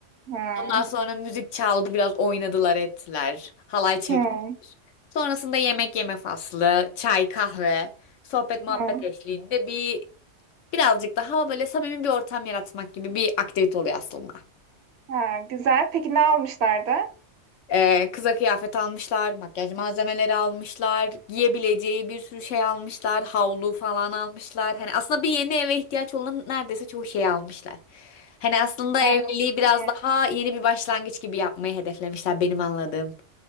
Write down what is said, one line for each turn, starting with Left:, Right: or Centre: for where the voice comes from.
Right: Hmm.
Left: Ondan sonra müzik çaldı, biraz oynadılar, ettiler. Halay çektiler.
Right: Hmm.
Left: Sonrasında yemek yeme faslı, çay, kahve, sohbet muhabbet
Right: Hmm.
Left: eşliğinde bir birazcık daha böyle samimi bir ortam yaratmak gibi bir aktivite oluyor aslında.
Right: Ha, güzel. Peki ne almışlardı?
Left: Ee, kıza kıyafet almışlar, makyaj malzemeleri almışlar, giyebileceği bir sürü şey almışlar, havlu falan almışlar. Hani aslında bir yeni eve ihtiyaç olan neredeyse çoğu şeyi almışlar. Hani aslında evliliği
Right: Aa, çok
Left: biraz
Right: iyi.
Left: daha yeni bir başlangıç gibi yapmayı hedeflemişler benim anladığım.